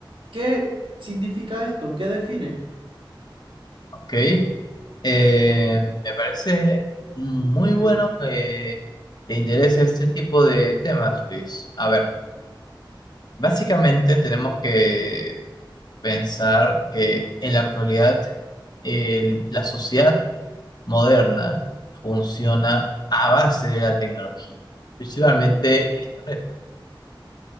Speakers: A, on the right; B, on the left.
A: ¿Qué significa esto? ¿Qué define?
B: Ok, eh, me parece muy bueno que te interese este tipo de temas, Luis. A ver, básicamente tenemos que pensar que en la actualidad el- la sociedad moderna funciona a base de la tecnología, principalmente el Internet,